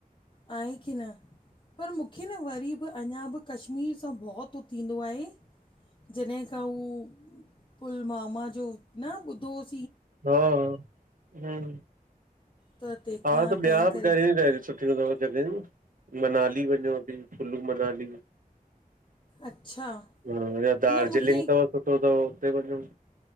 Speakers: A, on the left; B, on the right.
A: आहे की न, पर मुखे न वरी अंञां बि कश्मीर सां भव तो थींदो आहे जॾहिं त हू पुलवामा जो न ॿुधो होस
B: हा, हुं।
A: त तंहिंखां
B: हा त
A: तंहिं
B: ॿिया घणीं
A: करे
B: रहि सुठियुं तव जॻहियुं मनाली वंञों दी कुुल्लू मनाली।
A: अच्छा?
B: हा या दार्जिलिंग
A: न मूंखे
B: तव सुठो तव उते वंञों